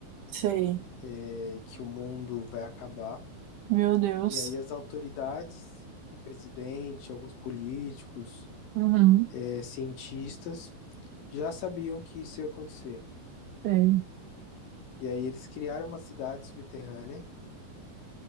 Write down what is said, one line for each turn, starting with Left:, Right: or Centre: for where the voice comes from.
Right: Sei.
Left: é, que o mundo vai acabar.
Right: Meu Deus.
Left: E aí as autoridades, o presidente, alguns políticos,
Right: Uhum.
Left: é, cientistas, já sabiam que isso ia acontecer.
Right: Sei.
Left: E aí eles criaram uma cidade subterrânea